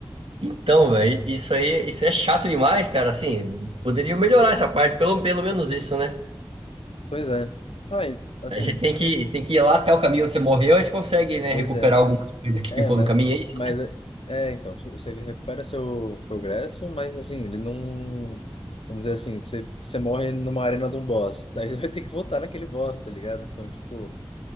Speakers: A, on the right (about 75°); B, on the left (about 80°).
A: Então, velho, isso aí, isso é chato demais, cara. Assim, poderia melhorar essa parte, pelo, pelo menos isso, né?
B: Pois é. Ah, e, assim,
A: Aí você tem que, você tem que ir lá até o caminho onde você morreu, aí você consegue, né,
B: pois
A: recuperar
B: é.
A: algumas coisas que
B: É,
A: ficou
B: mas,
A: no caminho, é isso,
B: mas é, é, então, você recupera seu progresso, mas assim, ele não. Vamos dizer assim, você, você morre numa arena de um boss. <laughs> Aí você vai ter que voltar naquele boss, tá ligado? Então, tipo,